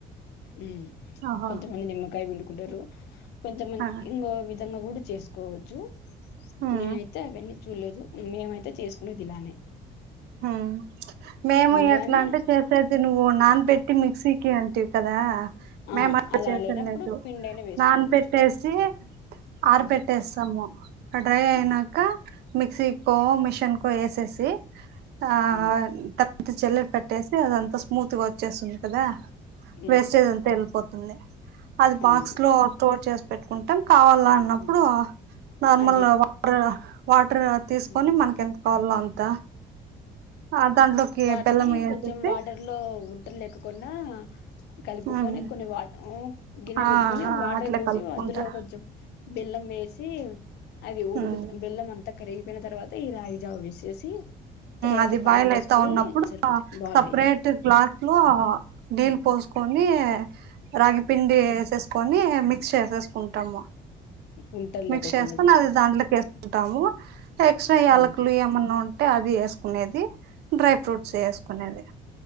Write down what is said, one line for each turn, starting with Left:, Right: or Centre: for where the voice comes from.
Left: ఉమ్
Right: ఓహో
Left: కొంతమంది నిమ్మకాయ పిండు కుంటారు కొంతమంది
Right: ఆ
Left: ఇంగువ ఇవి విధంగా కూడా చేసుకోవచ్చు.
Right: ఉమ్
Left: నేనైతే అవన్నీ చూడలేదు మినిమం అయితే చేసుకునేది ఇలానే.
Right: హా మేము
Left: ముందుగానే
Right: ఎట్లా అంటే చేసేది నువ్వున్నాన్ పెట్టి మిక్సీకి అన్ టి కదా?
Left: ఆ
Right: మేం అలా చేయకుండే
Left: లేనప్పుడు
Right: ఎప్పుడూ
Left: పిండైనా వేసుకోవచ్చు
Right: నాన్ పెట్టేసి ఆర
Left: ఉహు.
Right: పెట్టేస్తాము, ఆది డ్రై అయినాక
Left: ఆ
Right: మిక్సీ కో మిషన్ కో ఎస్ఎస్సి ఆ
Left: హ్మ్.
Right: తంత చెల్లర్ పట్టేస్ అదంతా స్మూత్ గా వచ్చేస్తుంది కదా?
Left: హ్మ్.
Right: వేస్టేజ్ అంత వెళ్ళిపో <unintelligible> అది బాక్స్
Left: అవును
Right: లో స్టోర్ చేస్త పెట్టుకుంటాం కావాలా అన్నప్పుడు
Left: హ్మ్.
Right: నార్మల్
Left: అదే
Right: వార్ పాట్ తీసుకొని
Left: హ్మ్.
Right: మనకి ఎంత కావాలో అ అంత ఆ దాంట్లోకి
Left: వాటిని
Right: బెల్లం వేసేసి
Left: కొంచెం వాటర్ లో ఉంటలేక కొన్ని కలుపుకొని
Right: ఉమ్
Left: కొన్ని వా గిన్నె
Right: ఆ
Left: పెట్టుకొని
Right: ఆ
Left: వాటర్
Right: అట్లే
Left: పోసి
Right: కలుపుకుంటా
Left: అందులో కొంచెం బెల్లం మే సి ఆది ఉడుకు
Right: ఉమ్
Left: బెల్లం అంతా కరిగిపోయిన తర్వాత ఈ రాయిజావు వేసేసి తర్వాత
Right: అది
Left: పాలు
Right: బాయిల
Left: పోసుకొని
Right: అయితా ఉన్నప్పుడు
Left: సరిపోతాయి బావులు
Right: సపరేట్
Left: అయితాయి
Right: క్లాత లో డీల్ పోసుకొని రాగిపిండి వేసుకుని కని మిక్స్ చేసేసుకుంటాము
Left: ఉంటలు
Right: మిక్స్
Left: లేకోకుండా
Right: చేస్తొని
Left: చేసుకోవాలి
Right: అది దాంట్లోకి వేసుంటాము ఎక్సట్రా యాలకులు
Left: హ్మ్.
Right: ఏమన్నా ఉంట అంటే అది కునేది డ్రై ఫ్రూట్స్ వేసుకునేది